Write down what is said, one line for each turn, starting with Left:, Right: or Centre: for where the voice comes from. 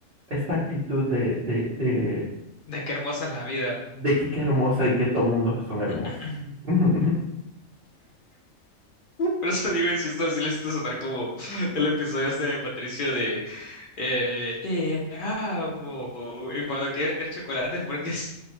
Right: esta actitud de, de, de,
Left: De qué hermosa es la vida.
Right: de que qué hermosa y que todo mundo son hermosos.
Left: <clears throat>
Right: <laughs>
Left: Por eso digo, insisto, así le siento sonar como el episodio este de Patricio de eh, Te amo. Y cuando quiere meter chocolate, porque sí,